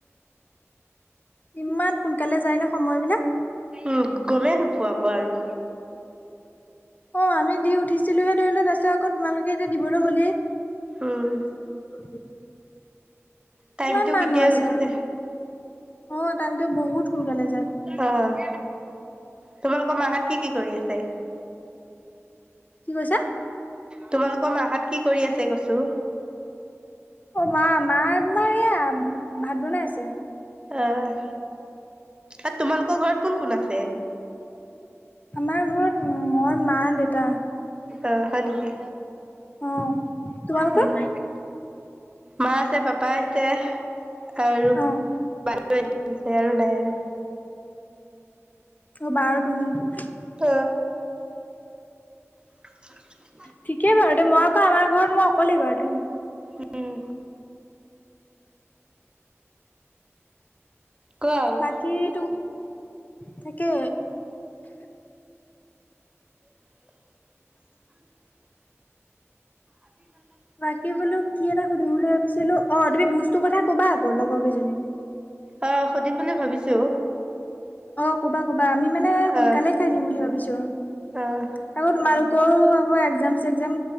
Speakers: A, on the left; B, on the right.
A: ইমান সোনকালে যায় ন সময়বিলাক।
B: উম, গমেই নোপোৱাকৌ আৰু।
A: অ, আমি দি উঠিছিলোহে ধৰি লোৱা তাৰপিছত আকৌ তোমালোকে এতিয়া দিবলৈ হ'লেই।
B: উম।
A: <inaudible>
B: টাইমটোও
A: কিমান মানুহ
B: কেতিয়া
A: আছে
B: গুচি
A: আৰু
B: যায়।
A: অ টাইমটো বহুত সোনকালে যায়
B: অ'। তোমালোকৰ মা হত কি কি কৰি আছে।
A: কি কৈছা?
B: তোমালোকৰ মাহত কি কৰি আছে কৈছো।
A: অ' মা, মা তোমাৰ এয়া ভাত বনাই আছে।
B: অ' আৰু তোমালোকৰ ঘৰত কোন কোন আছে।
A: আমাৰ ঘৰত মই মা দেউতা।
B: অ', হয় নেকি?
A: অহ' তোমালোকৰ।
B: উম, মা আছে পাপা আছে আৰু
A: অ
B: <unintelligible> আৰু বাইৰু
A: অ'বাৰ আৰু তুমি।
B: ত <unintelligible>
A: ঠিকেই বাৰু মই আকৌ আমাৰ ঘৰত মই অকলেই বাৰু।
B: উম। কোৱা আৰু
A: বাকী তো তাকে
B: <unintelligible> আজিকালি।
A: বাকী বোলো কি এটা সুধিম বুলি ভাবিছিলো অ' তুমি ভূজটো কথা কবা আকৌ লগৰ কেইজনীক।
B: অ' সুধিম বুলি ভাবিছো।
A: অ' ক'বা ক'বা আমি মানে
B: আহ
A: সোনকালে খাই দিম বুলি ভাবিছো।
B: আহ
A: আকৌ তোমালোকৰও আকৌ এক্মাম চেগজাম